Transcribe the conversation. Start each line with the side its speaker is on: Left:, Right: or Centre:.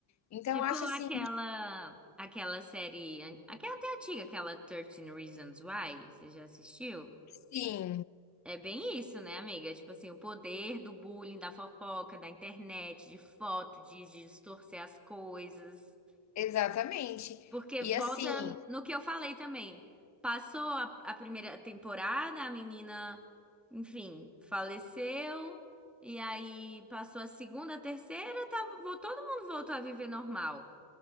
Left: Então,
Centre: Tipo
Left: eu acho assim,
Centre: aquela, aquela série, an- aquela até antiga, aquela Thirteen Reasons Why, você já assistiu?
Left: que sim,
Centre: É bem isso, né, amiga? Tipo assim, o poder do bullying, da fofoca, da internet, de foto, de, de distorcer as coisas.
Left: exatamente.
Centre: Porque
Left: E
Centre: volta
Left: assim,
Centre: no que eu falei também. Passou a, a primeira temporada, a menina, enfim, faleceu. E aí passou a segunda, a terceira, tava, vo- todo mundo voltou a viver normal.